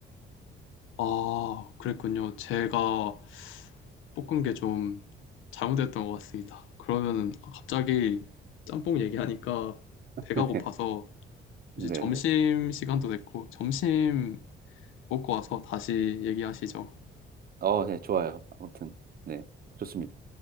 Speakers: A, on the left; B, on the right.
A: 아, 그랬군요. 제가 볶은 게 좀 잘못됐던 것 같습니다. 그러면은 갑자기 짬뽕 얘기하니까
B: <laughs>
A: 배가 고파서
B: 네네.
A: 이제 점심 시간도 됐고 점심 먹고 와서 다시 얘기하시죠.
B: 어, 네, 좋아요. 아무튼, 네, 좋습니다.